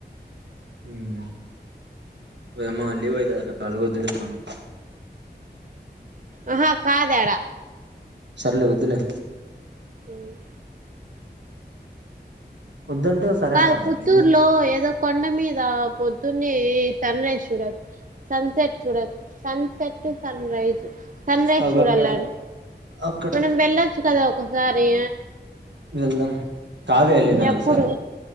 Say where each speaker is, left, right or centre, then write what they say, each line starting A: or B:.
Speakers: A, on the right (about 80°); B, on the right (about 50°).
A: ఉమ్ వోయమ్మ అళ్ళవయితేంట కాల కొద్దులు అవును
B: ఆహా కాదేడా
A: సర్లే వద్దులే
B: ఉమ్
A: వద్దంటే సరేనాల
B: కాదు పుత్తూరులో
A: ఎందుకు
B: ఏదో కొండ మీద పొద్దున్నే సన్ రైజ్ చూడాలి సన్సెట్ చూడచ్చు sunset sunrise sunrise
A: అగో
B: చూడాలం
A: అక్కడ అక్కడ
B: మనం వెళ్ళొచ్చు కదా ఒకసారి
A: వెళ్దాం కాల్ చెయ్ నాకు
B: ఎప్పుడు
A: ఒక్కసారి